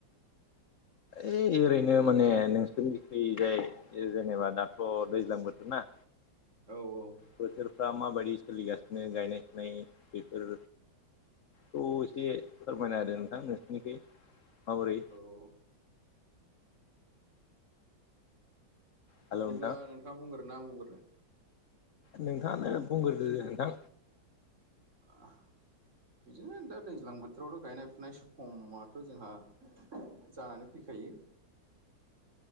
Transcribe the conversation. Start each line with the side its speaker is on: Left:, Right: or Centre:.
Left: ओइ ओरैनो माने नोंसोरनिथिजाय जेनोबा दाथ' दैज्लां बोथोर ना
Right: औ औ
Left: बोथोरफ्रा माबादि सोलिगासिनो गायनाय फुनाय बेफोर खौ एसे फोरमायना होदों नोंथां नोंसोरनिखै माबोरै
Right: औ
Left: हेल'
Right: बिदिब्ला
Left: नोंथां
Right: नोंथांआ बुंग्रोना आं बुंग्रोनो
Left: नोंथांआनो बुंगोरदो ओ नोंथां
Right: आह बिदिनो दा दैज्लां बोथोर बथोरावथ' गायनाय फुनाय समाथ' जोंहा जानानै फैखायो